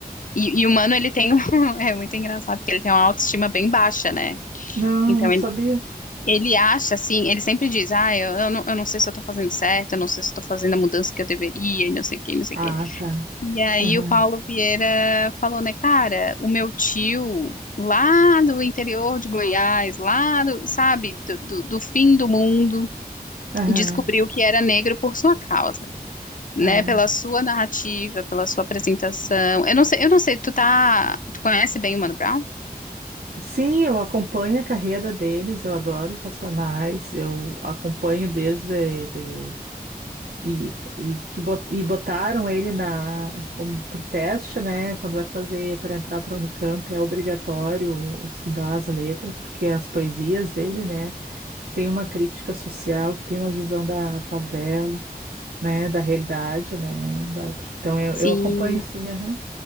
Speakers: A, on the left; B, on the right.
A: E, e o Mano, ele tem, um, <laughs> é muito engraçado, porque ele tem uma autoestima bem baixa, né?
B: Não,
A: Então,
B: não sabia.
A: ele, ele acha, assim, ele sempre diz, ah, eu, eu não, eu não sei se eu tô fazendo certo, eu não sei se estou fazendo a mudança que eu deveria, e não sei o que, não sei
B: Ah,
A: o que.
B: tá.
A: E aí
B: Aham.
A: o Paulo Vieira falou, né, cara, o meu tio lá do interior de Goiás, lá do, sabe, do, do, do fim do mundo,
B: Aham.
A: descobriu que era negro por sua causa, né,
B: É.
A: pela sua narrativa, pela sua apresentação. Eu não sei, eu não sei, tu tá, tu conhece bem o Mano Brown?
B: Sim, eu acompanho a carreira deles, eu adoro os Racionais, eu acompanho desde de, E, e que bot- e botaram ele na como pro teste, né? Quando vai fazer para entrar para a Unicamp é obrigatório estudar as letras, porque as poesias dele, né? Que tem uma crítica social, que tem uma visão da favela, né? Da realidade, né, Bárbara? Então eu,
A: Sim,
B: eu acompanho sim, aham.